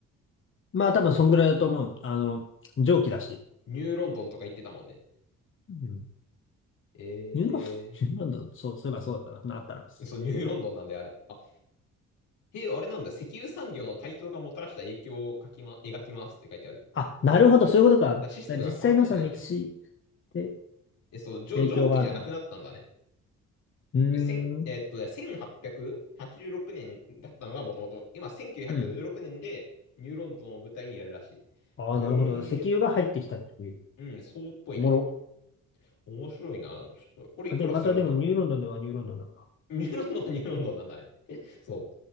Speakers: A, on the left; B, on the left.
A: まあ、多分そんぐらいだと思う。あの、蒸気だし。
B: ニューロンドンとか言ってたもんね。
A: うん。
B: え
A: ニューロン、<laughs> ニューロンドン、そう、そういえばそうだったな。なったら。
B: ー。そう、ニューロンドンなんであれ。あ、へえ、あれなんだ。石油産業の台頭がもたらした影響を書きま、描きますって書いてある。
A: あ、なるほど、そういうことか。
B: だ、
A: だから実際のその歴史
B: システムが変わってんだね。
A: で
B: え、そう、蒸、
A: 影響があるのか
B: 蒸気じゃなくなったんだね。
A: うー
B: え、千、
A: ん。
B: えーっとね、1886年だったのがもともと、今1916年でニューロンドンを舞台にやるらしい。
A: うん。ああ、
B: へえ、
A: なるほど。石油が入ってきたっていう。
B: うん、そうっぽいね。
A: おもろ。
B: 面白いな。ちょっと、これいくらするんだろう
A: あで、またでもニューロンドンではニューロンドンなんだ。
B: ニューロンドンはニューロンドンなんだね。<laughs> そう。